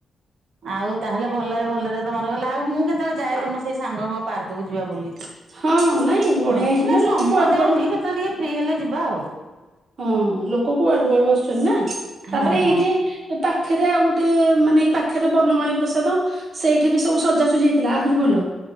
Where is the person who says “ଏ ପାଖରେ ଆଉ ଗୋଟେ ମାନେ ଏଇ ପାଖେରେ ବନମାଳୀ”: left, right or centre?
Right